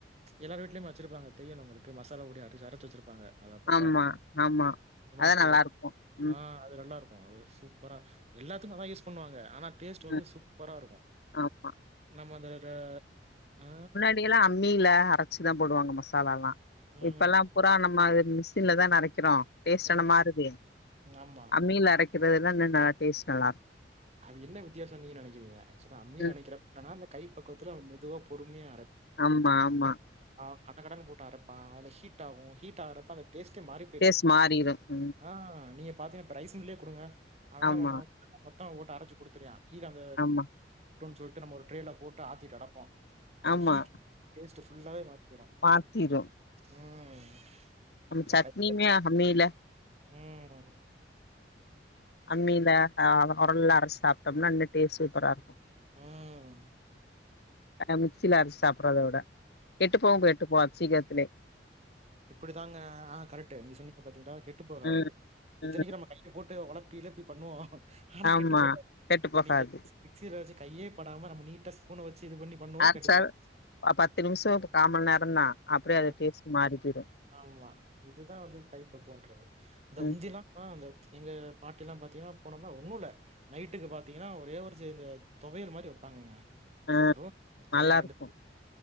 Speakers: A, on the right; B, on the left.
A: எல்லார் வீட்லயும் வச்சிருபாங்க தையன்ன உங்களுக்கு மசாலா ஓடி ஆட்டி அரைச்சு வச்சுருப்பாங்க அத அப்பப்பா
B: ஆமா ஆமா
A: ஒரு மாசத்துக்கு
B: அதா நல்லாருக்கு
A: <inaudible>
B: ம்
A: ஆ அது நல்லா இருக்கு அது சூப்பரா எல்லாத்துக்கு அதா யூஸ் பண்ணுவாங்க ஆனா டேஸ்ட் வந்து
B: ம்
A: சூப்பரா இருக்கு
B: ஆமா
A: நம்ம அந்த ர அ
B: எல்லா அம்மில அரச்சுதா போடுவாங்க மசாலால்லா
A: ம்.
B: இப்ப எல்லா புரா நம்ம மிஸின்ல தான அரைக்கிறோ டேஸ்ட்லா
A: ம்ஹ்ம்.
B: மாருதே
A: ஆமா.
B: அம்மில அரைக் அரைக்கறதுனா இன்னு நல்ல டேஸ்ட் நல்லா
A: அது என்ன வித்தியாசோ நீீங்க நெனைக்கிறிங்க அம்மில
B: ம்
A: அரைக் <inaudible> றனா அந்த கை பக்குவத்துல மெதுவா பொறுமியா
B: ஆமா ஆமா
A: அ கட கடனு போட்டு அரப்பா அதுல ஷீட் ஆகு ஹீட் ஆகறத்த டேஸ்ட்டே மாறி போயிடுது
B: டேஸ்ட் மாறிரு ம்
A: ஆ நீங்க பாத்தீங்கன்னா ப்ரை சிம்லே கொடுங்க அவ என்ன
B: ஆமா
A: பண்ணு ஓட்ட அரைச்சு குடுத்துர்அ கீழ <inaudible>
B: ஆமா
A: சொல்ட்டு நம்ம ஒரு ட்ரேல போட்டு ஆத்திட்டு அடப்போ அந்த
B: ஆமா
A: ஹீட் <inaudible> டேஸ்ட் ஃபுல்லாவே மாத்திரு
B: மாத்திரு
A: ம் நம்ம
B: சட்னியுமே
A: கையில
B: அம்மில
A: ம்
B: அம்மியில ஒரல்ல அரச்சு சாப்டம்னா இன்னு டேஸ்ட் சூப்பரா இருக்கு
A: ம்
B: அ முச்சில அரச்சு சாப்படறத விட கெட்டு போவு கெட்டுப்போவாது சீக்கரத்துலே
A: இப்டித்தாங்க ஆ கரட்டு நீங்க சொன்னீங்க பாத்தீங்கா கெட்டு போகாது
B: ம்
A: இத்தனைக்கு
B: ம்
A: நம்ம கை போட்டு ஒளப்பி இளப்பி பண்ணுவோ ஆனா
B: ஆமா
A: கெட்டு போகாது
B: கெட்டு போகாது
A: நீங்க மிக்சில வச்சு கையே படாம நம்ம நீட்ட ஸ்பூன் அ வச்சி இது பண்ணி பண்ணுவோ
B: அரைச்சா
A: கெட்டு போயிரு
B: பத்து நிமிசோ காமண் நேரந்தா அப்டே அது
A: ஆமா
B: டேஸ்ட் மாறி போய்டும்
A: ஆமா இதுதா வந்து கைப்பக்குவன்றது இந்த
B: ம்
A: முந்திலா அ அந்த எங்க பாட்டில்லா பாத்தீங்கன்னா போனம்னா ஒண்ணுல்ல நைட்டுக்கு பாத்தீங்கன்னா ஒரே ஒரு ச இந்த தொவையல் மாரி வப்பாங்கங்க
B: ஆ
A: வெறு தேங்கா
B: நல்லா
A: ரெண்டு
B: இருக்கு
A: <inaudible>